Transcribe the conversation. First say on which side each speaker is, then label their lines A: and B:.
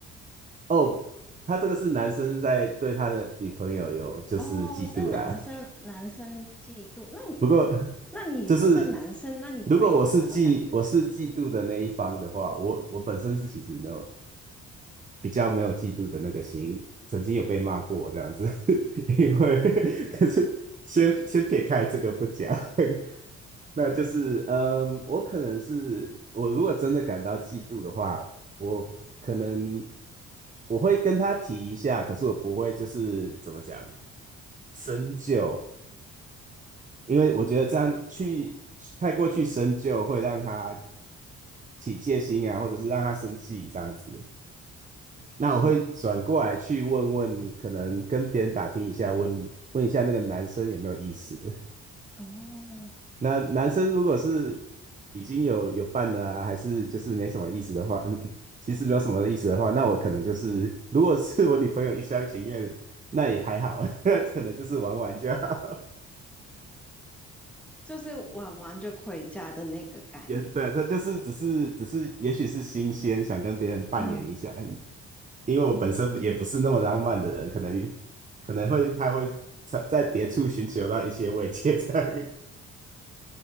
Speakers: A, on the right; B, in the centre.
A: 哦，他这个是男生在对他的女朋友有就是嫉妒啦。
B: 哦，是男生，男生嫉妒，那你
A: 不过 <laughs>
B: 那你是男生，
A: 就是
B: 那你会有什么感觉？
A: 如果我是嫉我是嫉妒的那一方的话，我我本身是其实没有比较没有嫉妒的那个心，曾经有被骂过这样子，<laughs> 因为可是先先撇开这个不讲，<laughs> 那就是嗯，我可能是我如果真的感到嫉妒的话，我可能我会跟他提一下，可是我不会就是怎么讲深究。因为我觉得这样去太过去深究，
B: 嗯
A: 会让他起戒心啊，或者是让他生气这样子。那我会转过来去问问，
B: 嗯，
A: 可能跟别人打听一下，问问一下那个男生有没有意思。
B: 哦，
A: 那男生如果是已经有有伴了啊，还是就是没什么意思的话，<laughs> 嗯，其实没有什么意思的话，那我可能就是，如果是我女朋友一厢情愿，那也还好，<laughs> 可能就是玩玩就好。
B: 就是玩完就回家的那个概念。
A: 也对，这就是只是只是，也许是新鲜，想跟别人扮演一下。
B: 嗯
A: 嗯因为我本身也不是那么浪漫的人，可能
B: 嗯。
A: 可能会他会在在别处寻求到一些慰藉在，<laughs> 这